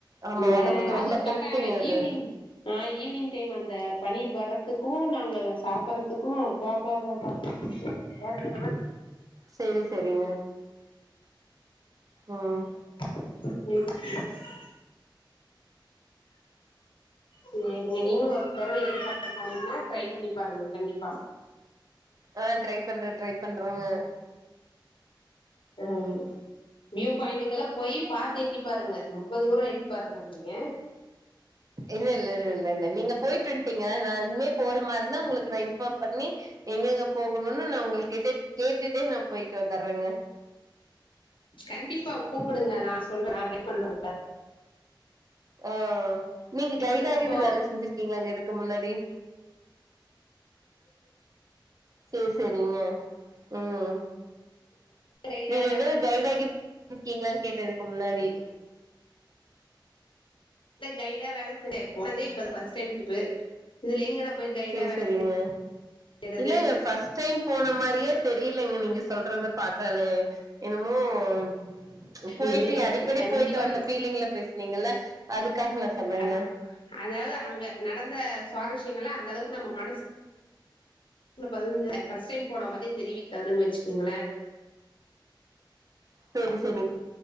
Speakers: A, on the right; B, on the left.
A: ஆமா
B: அந்த
A: ஒடம்புக்கு
B: அது
A: ரொம்ப ஹெல்த்திங்க
B: கரெட்டா தாங்க
A: அது
B: ஈவ்னிங் ஆ ஈவ்னிங் டைம் அந்த பனி வர்றதுக்கு நாங்க அத சாப்பறதுக்கு அப்பா அப்பாப்பாபா வேற லெவல்
A: செரி செரிங்க ம்
B: <inaudible> செரிங்க நீங்க ஒரு தடவ ஏற்காடு போனீங்கன்னா ட்ரை பண்ணி பாருங்க கண்டிப்பா
A: ஆ ட்ரை பண்ற ட்ரை பண்றோங்க
B: ம் நியூ பாயிண்டுக்கல்லா போய் பாத்து எட்டி பாருங்க ரொம்ப தூரம் எட்டி பாத்துராதீங்க
A: இல்ல இல்ல இல்ல இல்ல இல்ல நீங்க போய்டு வன்டீங்க நா இனிமே போற மாருந்தா உங்களுக்கு நா இன்ஃபாம் பண்ணி எங்க கேங்க போகணும்னு நா உங்கள் கிட்ட கேட்டுட்டே நா போயிட்டு வந்தரேங்க
B: கண்டிப்பா கூப்புடுங்க நா சொல்ற நா கைட் பண்ற உங்கள
A: ஆ நீங்க கைய்டா
B: எனக்கு இப்போ
A: கீது வேல செஞ்சுருக்கீங்கிளாங்க இதுக்கு முன்னாடி சேரி சேரிங்க ம்
B: கைடா
A: நீங்க எங்காது கைய்டா கீ இருக்கீங்கிளானு கேட்டே இதுக்கு முன்னாடி
B: டா கைய்டா வேலை செய்றே போனதே இப்ப பஸ் டைம் துபு இதுல எங்க நா போய் கைடா
A: சேரி
B: வேல
A: சேரிங்க
B: செய்யறது
A: இல்லங்க ஃபஸ்ட்டு டைம் போன மாரியே தெரியலங்க நீங்க சொல்றத பாத்தாலே என்னமோ ம் போயிட்டு
B: இல்லைங்க
A: அடிக்கடி
B: கண்டிப்பா
A: போயிட்டு வந்த பீலிங்ல பேசுனீங்கல்ல அதுக்காக நா சொன்னேங்க
B: அதா அதாவது அங்க நடந்த சுவாரஸ்யங்கள்லா அந்த அளவுக்கு நம்ம மனசு ல பதிஞ்த ஃபஸ்ட்டு டைம் போன மாரி தெரிவிக்காதுன்னு வச்சுகோங்களே
A: சேரி சேரி